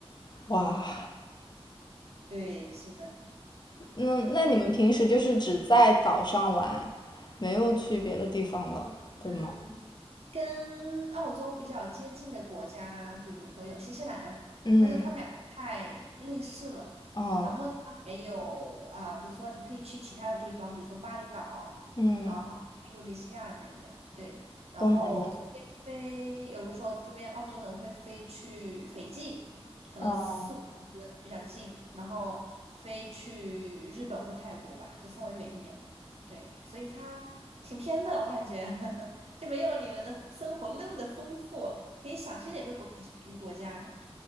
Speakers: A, on the left; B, on the right.
A: 哇，
B: 对，是的。
A: 那那你们平时就是只在岛上玩，
B: 哎，
A: 没有去别的地方了，对吗？
B: 嗯，跟澳洲比较接近的国家，比如说有新西兰，
A: 嗯，
B: 但是他们俩太类似了。
A: 哦，
B: 然后呢，还有啊、比如说你可以去其他的地方，比如说巴厘岛，
A: 嗯，
B: 然后印度尼西亚这边，对。然后这边飞，
A: 东南亚，
B: 有的时候这边澳洲人会飞去斐济，可能四五个小时比较近，
A: 哦，
B: 然后飞去日本或泰国吧，这稍微远一点的。对，所以它挺偏的，我感觉。<laughs> 就没有你们的生活那么的丰富，可以想去哪个国家去哪个国家。